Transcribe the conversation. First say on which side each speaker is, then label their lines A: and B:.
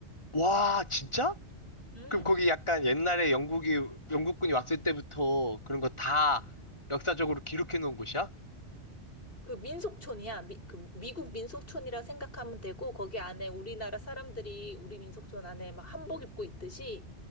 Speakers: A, on the left (about 25°); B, on the left (about 50°).
A: 와, 진짜?
B: 음.
A: 그럼 거기 약간 옛날에 영국이, 영국군이 왔을 때부터 그런 거 다 역사적으로 기록해 놓은 곳이야?
B: 그 민속촌이야. 미, 그 미국 민속촌이라 생각하면 되고 거기 안에 우리나라 사람들이 우리 민속촌 안에 막 한복 입고 있듯이